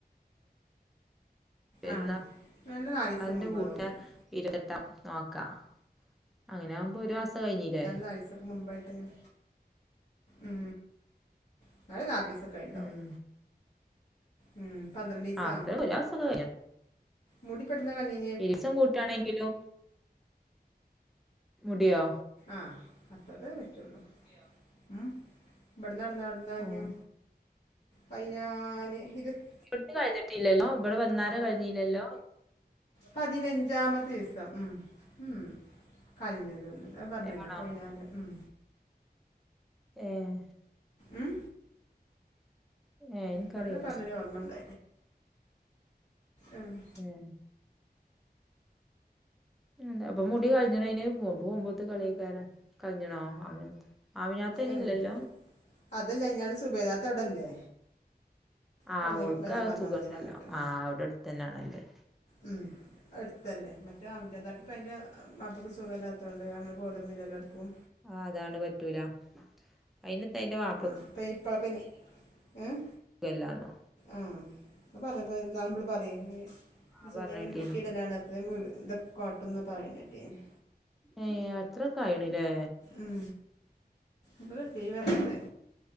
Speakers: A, in the centre; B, on the left.
A: പെര്ന്നാൾന്റെ
B: ആഹ് രണ്ട് നാല് ദിവസം മുമ്പാ
A: കൂട്ട
B: തോന്നുന്നുണ്ട്
A: ഇരുപത്തെട്ടാം നോക്കാം അങ്ങനെ ആവുമ്പോ ഒരു മാസം കയിഞ്ഞില്ലേ
B: നാലീസൊക്കെ മുമ്പായിട്ട് ങ്ങനെ ഉം എന്നാലും നാപ്പീസൊക്കെ ആയിണ്ടാവും
A: ഉം
B: ഉം പന്ത്രണ്ടീസാ
A: ആഹ് അത്ര ഒരു മാസൊക്കെ
B: മുടി പ്പ എട്ന്നാ കൾഞ്ഞീ
A: എരിസം കൂട്ടയാണെങ്കിലും മുടിയോ
B: ആഹ് അത്രതേ പറ്റുള്ളൂ ഉം ബട്ന്ന് ഒട്ന്നോ എന്നാൾഞ്ഞു
A: ആഹ്
B: പയ്നാല് ഇരത്ത്
A: ബട്ത്തെ കൾഞ്ഞിട്ടില്ലല്ലോ ഇബടെ വന്നാരെ കൾഞ്ഞില്ലല്ലോ
B: പതിനഞ്ചാമെത്തീസം ഉം കൾഞ്ഞതോന്ന് ആഹ്, പറഞ്ഞില്ല?
A: ആണോ
B: പൈന്നാല്. ഉം,
A: ഏഹ്
B: ഉം
A: ഏഹ് ഇൻക്കറിയില്ല
B: അവിടന്ന് പറഞ്ഞൊരു ഓർമ്മണ്ട് ആഹ്
A: ഏഹ് പിന്നെന്താ. അപ്പം മുടി കളഞ്ഞ്ണോ അയ്ന് പോ പോകുമ്പോത്ത് കളിയേക്കാരം കൾഞ്ണോ ആമിനാത്ത ആമിനാത്ത അയ്നില്ലല്ലോ
B: ഉം അതല്ല അയ്നാണ് സുബൈദാത്ത അവിടല്ലേ
A: ആഹ്
B: അവിടുന്ന്
A: ഓൾക്ക്
B: വരാൻ
A: ആ
B: പറഞ്ഞാൽ
A: സുഖണ്ടല്ലോ
B: മതിയല്ലോ അങ്ങോട്ട്
A: ആഹ് അവ്ടെ എട്ത്ത് തന്നാണല്ലേ
B: മ്മ് അഹ്ട്‌ത്തല്ലേ മറ്റേ <unintelligible> പ്പ അയ്ന്റെ വാപ്പക്ക് സുഖല്ലാത്തൊണ്ട് അങ്ങനെ പോലൊന്നും ഇല്ലല്ലോ എട്‌ക്കും
A: ആഹ് അതാണ് പറ്റൂല അയിനിത്ത അയ്‌ന്റെ വാ
B: ആഹ് അപ്പ ഇപ്പള പിന്നെ ഏഹ്
A: സുഖല്ലാന്നോ
B: ആഹ് അത് പറഞ്ഞപ്പ ഇന്നാള് മ്മള് പറയ
A: ആ
B: സുലൈഖാനെ
A: പറഞ്ഞേട്ടീനി
B: കെട്ടിയിടല്ലാണ് <unintelligible> തൊക്കെ കാട്ടും ന്നാ പറിണേട്ടീനി
A: ഏ. അത്ര കായ്ണ്ല്ലേ.
B: ഉം ഇവടൊ ടീവി വർക്ക്‌ യിട്ട്.